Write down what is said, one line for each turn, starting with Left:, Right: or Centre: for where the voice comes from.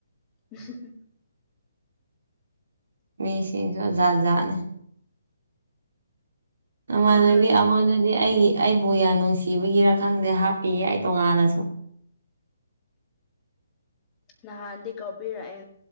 Left: <inaudible>
Right: ꯃꯤꯁꯤꯡꯁꯨ ꯖꯥ ꯖꯥꯠꯅꯤ ꯅꯃꯥꯟꯅꯕꯤ
Left: ꯅꯍꯥꯟ
Right: ꯑꯃꯗꯨꯗꯤ ꯑꯩꯒꯤ ꯑꯩꯕꯨ ꯌꯥꯝ ꯅꯨꯡꯁꯤꯕꯒꯤꯔ ꯈꯪꯗꯦ ꯍꯥꯞꯄꯤꯌꯦ ꯑꯩ ꯇꯣꯉꯥꯟꯅꯁꯨ
Left: ꯅꯍꯥꯟꯗꯤ ꯀꯕꯤꯔꯛꯑꯦ